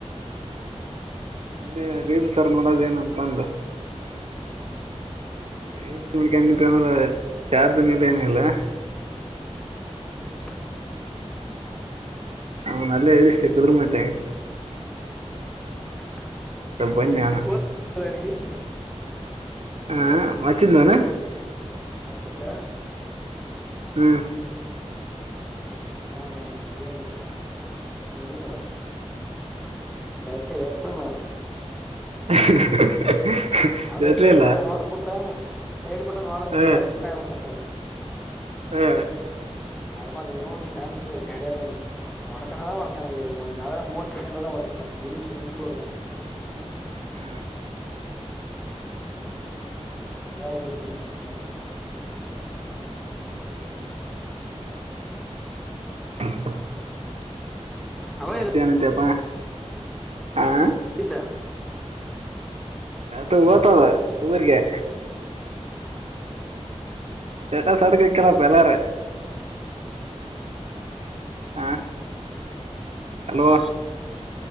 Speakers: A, on the right; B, in the centre.
A: ಸುಮ್ನೇ ರೀಲ್ಸ್ ಆದ್ರು ನೋಡದ್ ಏನಂತ ಅಂದ್. <unintelligible> ಚಾರ್ಜನ್ ಇಲ್ಲ ಏನ ಇಲ್ಲ.
B: <inaudible>
A: ಅವನ್ ಅಲ್ಲೇ ಇಳಿಸದ್ರು ಮತ್ತೆ.
B: <unintelligible>
A: ಬನ್ನಿ ಅನ ಹಾ ವಾಚಿಂದಾನ.
B: ಹಚ್ಚಿದ್ದ.
A: ಹ್ಮ್ಮ್.
B: ನಾ ಇ <unintelligible> ನಡಿ ಲಾ ಯಾಕೆ <unintelligible> ನಾ ನಾ.
A: <unintelligible>
B: ಅದ್
A: ಎತ್ಲಿಲ್ಲ
B: ಸೈಡ್ ಬಟನ್ ನೋಡ್ ಬಿಟ್ರೆ ಸೈಡ್ ಬಟನ್ ನೋಡಬ್
A: ಹ
B: ಬಿಟ್ರೆ ಸುಮ್ನೆ ಆಗ್ಬಿತದ.
A: ಹಾ.
B: ನರಮಾಲಿ ಇವ್ನು ನಿ <unintelligible> ಕರೆದೆ ವಡಾಕಣವ ವಡಾಕಣವ <unintelligible> ಅಲಾರಂ ಮೂವತ್ಸೆಕೆಂಡು ಒಡ್ಕೋಂಡದ ನಿಮಿಷ್ ನಿಮಿಷಕ ಒಡ್ಕೋಂಡದ.
A: ಹ
B: ಹಂಗಾಗಿ ತಿನ್ನನ ಮತ್ತೆ.
A: ಹು <inaudible>
B: ಅವ
A: ಮತ್ತೆನ ನತ್ಯಪ್ಪಾ ಹಾ
B: ಇಲ್ಲ
A: ಅತು ಓತದ ಊರ್ಗೆ ಸ್ಟೇಟಸ್ ಅಡಕ ಇಕ್ಕಲ್ಲ ಎಲರ ಹಾ ಹಲೋ